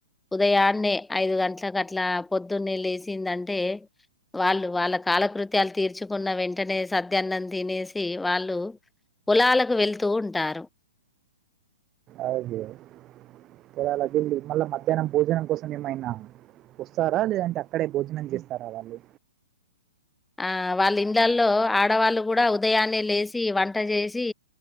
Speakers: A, in the centre; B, on the right.
A: ఉదయాన్నే ఐదు గంటలలకుట్ల పొద్దున్నే లేచిందంటే, వాళ్ళు వాళ్ళ కాలకృత్యాలు తీర్చుకున్న వెంటనే సద్యాన్నం తినేసి వాళ్ళు పొలాలకు వెళ్తూ ఉ టారు
B: అదే అలా వెళ్ళి మళ్ళా మధ్యాహ్నం భోజనం కోసం ఏమైనా, వస్తారా లేదంటే అక్కడే భోజనం చేస్తారా వాళ్ళు
A: ఆ వాళ్ళ ఇండ్లలో ఆడవాళ్ళు కూడా ఉదయాన్నే లేచి వంట చేసి